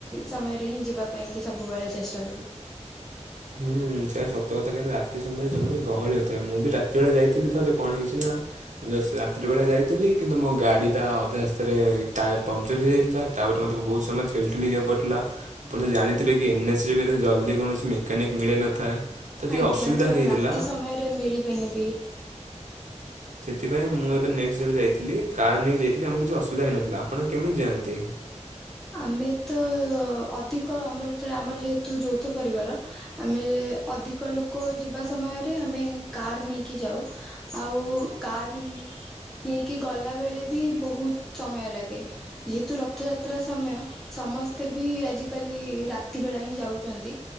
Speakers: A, in the centre; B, on the right.
A: ସମୟରେ ହିଁ ଯିବା ପାଇଁ କି ସବୁବେଳେ ଚେଷ୍ଟା କରୁ।
B: ହୁଁ ସେଇଟ ସତ କଥା, କ ରାତି ସମୟ ଜମ ଗହଳିଥାଏ, ମୁଁ ବି ରାତି ବେଳେ ଯାଇଥିଲି ଥରେ କଣ ହେଇଛି ନା, ରାତି ବେଳେ ଯାଇଥିଲି, କିନ୍ତୁ ମୋ ଗାଡି ଏଇଟା ଅଧା ରାସ୍ତାରେ ଟାୟାର ପଙ୍କଚର ହେଇଯାଇଥିଲା ତାପରେ ମତେ ବହୁତ ସମୟ ଠେଲି ଠେଲି ଯିବାକୁ ପଡିଥିଲା, ଜାଣିଥିବେ କି ଏନ୍ଏଚ ରେ ବି ତ ଜଲ୍ଦି କୌଣସି ମେକାନିକ ମିଳିନଥାଏ। ତ ଟିକେ
A: ଆଜ୍ଞା,
B: ଅସୁବିଧା
A: ତ ମୁଁ
B: ହେଇଥିଲା
A: ରାତି ସମୟରେ ମିଳିବିନି ବି
B: ସେଥିପାଇଁ ମୁଁ ଏବେ ନେକ୍ସଟ ଏବେ ଯାଇଥିଲି, କାର୍ ନେଇକି ଯାଇଥିଲି, ଆମକୁ କିଛି ଅସୁବିଧା ହେଇନଥିଲା, ଆପଣ କେମିତି ଯାଆନ୍ତି?
A: ଆମେ ତ ଅଧିକ ଆମର ଯେତେବେଳେ ଆମର ଯେହେତୁ ଯୌଥ ପରିବାର ଆମେ ଅଧିକ ଲୋକ ଯିବା ସମୟରେ, ଆମେ କାର ନେଇକି ଯାଉ। ଆଉ କାର ହେଇକି ଗଲା ବେଳେ ବି ବହୁତ ସମୟ ଲାଗେ, ଯେହେତୁ ରଥଯାତ୍ରା ଯାତ୍ରା ସମୟ, ସମସ୍ତେ ବି ଆଜିକାଲି ରାତି ବେଳା ହିଁ ଯାଉଛନ୍ତି